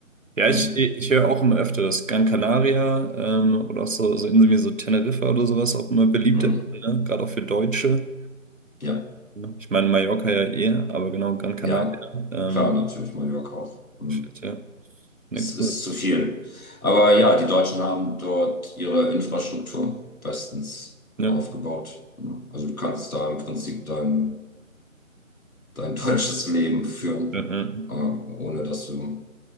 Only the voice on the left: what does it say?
Hm.
Hm.
Ja,
ja,
klar, natürlich Mallorca auch. Hm.
Es ist
zu viel. Aber ja, die Deutschen haben dort ihre Infrastruktur bestens
aufgebaut. ne? Also du kannst da im Prinzip dein dein falsches Leben führen,
äh, ohne dass du,